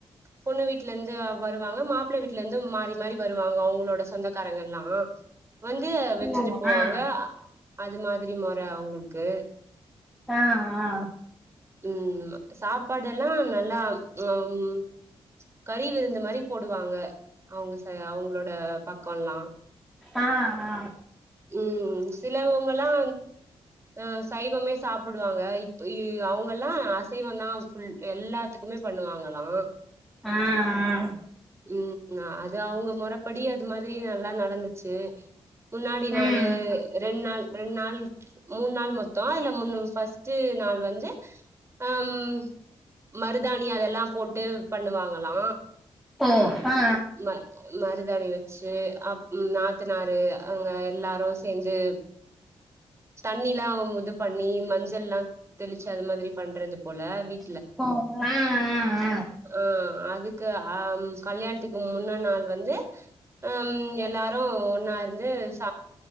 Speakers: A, on the right; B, in the centre.
A: பொண்ணு வீட்ல இருந்து வருவாங்க மாப்ள வீட்ல இருந்து மாறி மாறி வருவாங்க அவங்களோட சொந்த க்காரங்கல்லா வந்து வைச்சுட்டு
B: ஓ
A: போவாங்க
B: ஆ
A: அது மாதிரி மொற அவங்களுக்கு
B: ஆ ஆ
A: ம் சாப் சப்பாடெல்லா நல்லா ம் கறி விருந்து மாரி போடுவாங்க அவங்க ச அவங்ளோட பக்கோல்லா
B: ஆ ஆ
A: ம் சிலவங்கல்லா அ சைவமே சாப்பிடுவாங்க இப்ப அவங்க எல்லா அசைவந்தா ஃபுல் எல்லாத்துக்குமே பண்ணுவாங்களா
B: ம் ம்
A: ம் அது அவங்க முறப்படி அது மாதிரி நல்லா நடந்துச்சு முன்னாடி நாலு
B: ம்
A: ரெண் நாள் ரெண் நாள் மூணு நாள் மொத்தோ இல்ல மூன்னு ஃபஸ்ட்டு நாள் வந்து ம் மருதாணி அதெல்லா போட்டு பண்ணுவாங்களா
B: ஓ அ அ
A: ம மருதாணி வச்சு அ ம் நாத்தனாரு அங்க எல்லாரு சேந்து தண்ணிலா இது பண்ணி மஞ்சள்லா தெளிச்சு அது மாதிரி பண்றது போல வீ
B: ஓ ம் ம் ம்
A: ஆ அதுக்கு அ கல்யாணத்துக்கு முன்ன நாள் வந்து ம் எல்லாரு ஒன்னா இருந்து ச